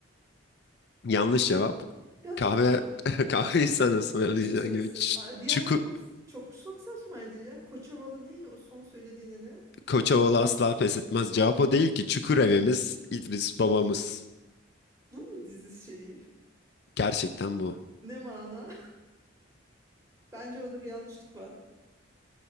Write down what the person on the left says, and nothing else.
Yanlış cevap.
Kahve
<laughs> kahve insanı ısmarlayacağın
gibi. Ç-
Çukur
Koçovalı asla pes etmez. Cevap o değil ki. Çukur evimiz İdris babamız.
Gerçekten bu.